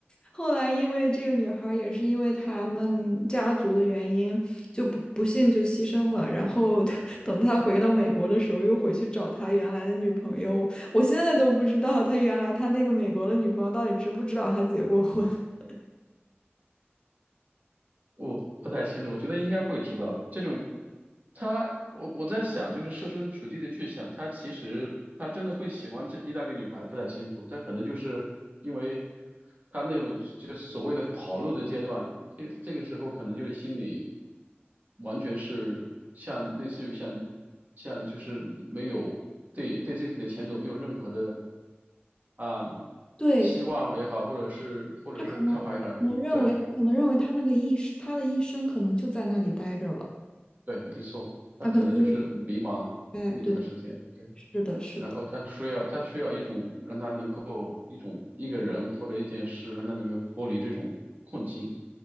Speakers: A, on the left (about 20°); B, on the right (about 40°).
A: 后来因为这个女孩儿也是因为他们家族的原因，就不不幸就牺牲了。然后她等他回到美国的时候，又回去找他原来的女朋友。我现在都不知道他原来他那个美国的女朋友到底知不知道他结过婚。<laughs>
B: 我不太清楚，我觉得应该会知道这种。他，我我在想，就是设身处地的去想，他其实他真的会喜欢这意大利女孩，不太清楚。他可能就是因为他那种就所谓的跑路的阶段，这这个时候可能就是心里完全是像类似于像像就是没有对对自己的前途没有任何的啊、
A: 对，
B: 希望也好，或者是或者是看法也好，
A: 他可能他可能认为他可能认为他那个一生他的一生可能就在那里待着了。
B: 对。对，没错，他可能就是迷茫那一段时间，
A: 他可能认为，哎，对对对，
B: 对，
A: 是的，是的，
B: 然后他需要他需要一种让他能够一种一个人或者一件事让他能够脱离这种困境。